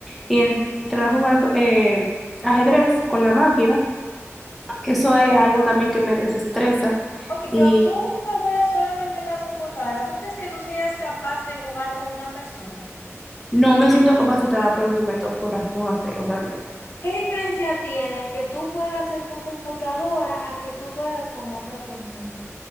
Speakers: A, in the centre; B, on the left.
A: y en- entrar a jugar eh, ajedrez con la máquina, eso es algo también que me desestresa
B: Ok,
A: y
B: pero tú que juegas solamente en la computadora, ¿tú crees que tú serías capaz de jugar con una persona?
A: no me siento capacitada por el momento por por hacerlo realmente.
B: ¿Qué diferencia tiene el que tú juegas en tu computadora al que tú juegas con otra persona?